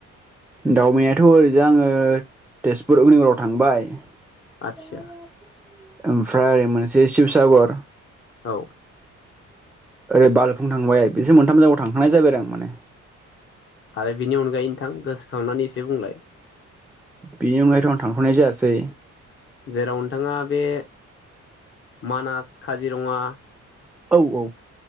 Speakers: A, in the centre; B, on the left.
A: दावबानायाथ' ओरैजा आङो तेजपुर उगनिगराव थांबाय। ज
B: आदसा
A: म जाथ <inaudible> ओमफ्राय मोनसे शिबसागर।
B: औ।
A: ओरै बालुफुं थांबाय, बेजों मोनथाम जायगायाव थांखानाय जाबाय आरो आं माने।
B: आरो बिनि अनगायै नोंथां गोसोखांनानै एसे बुंलाय।
A: बेनि अनगायैथ' आं थांथ'नाय जायासै।
B: जेराव नोंथाङा बे मानास, काजिरङा
A: औ औ।